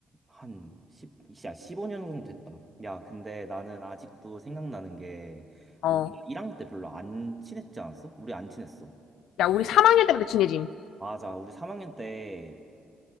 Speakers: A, on the right; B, on the left.
A: 한, 10, 야, 15년 정도 됐다. 야, 근데 나는 아직도 생각나는 게,
B: 어.
A: 우리가 1학년 때 별로 안 친했지 않았어? 우리 안 친했어.
B: 야, 우리 3학년 때부터 친해짐.
A: 맞아, 우리 3학년 때